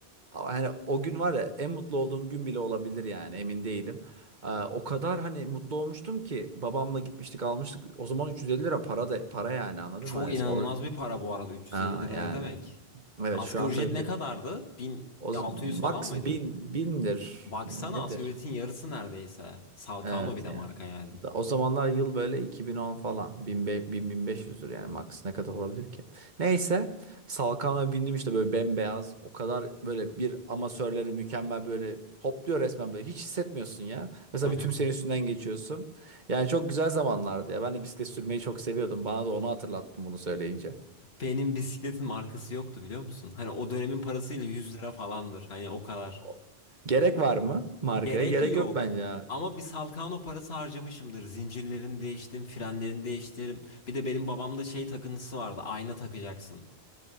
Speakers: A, on the right; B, on the left.
A: Ama Hani o gün var ya en mutlu olduğum gün bile olabilir yani emin değilim. Aa, o kadar hani mutlu olmuştum ki babamla gitmiştik almıştık. O zaman 350 lira para da para yani anladın
B: Çok
A: mı? Hani
B: inanılmaz
A: or
B: bir para bu arada 350
A: Aa,
B: lira
A: yani.
B: ne demek?
A: Evet
B: Asgari
A: şu an
B: ücret
A: tabii
B: ne
A: pek
B: kadardı? 1600
A: o z- max
B: falan mıydı?
A: bin bindir
B: Baksana
A: nedir?
B: asgari ücretin yarısı neredeyse. Salcano
A: Evet
B: bir de
A: yani.
B: marka yani.
A: Da- O zamanlar yıl böyle 2010 falan. 1000-1500'dür yani max ne kadar olabilir ki? Neyse. Salkan'a bindim işte böyle bembeyaz. O kadar böyle bir amatörleri mükemmel böyle hopluyor resmen böyle. Hiç hissetmiyorsun ya. Mesela
B: Hı hı.
A: bir tüm senin üstünden geçiyorsun. Yani çok güzel zamanlardı ya. Ben de bisiklet sürmeyi çok seviyordum. Bana da onu hatırlattın bunu söyleyince.
B: Benim bisikletin markası yoktu biliyor musun? Hani o dönemin parasıyla 100 lira falandır. Hani o kadar.
A: O- Gerek var mı markaya?
B: Gerek
A: Gerek
B: yok.
A: yok bence ya.
B: Ama bir Salkano parası harcamışımdır. Zincirlerini değiştim, frenlerini değiştirdim. Bir de benim babamda şey takıntısı vardı. Ayna takacaksın.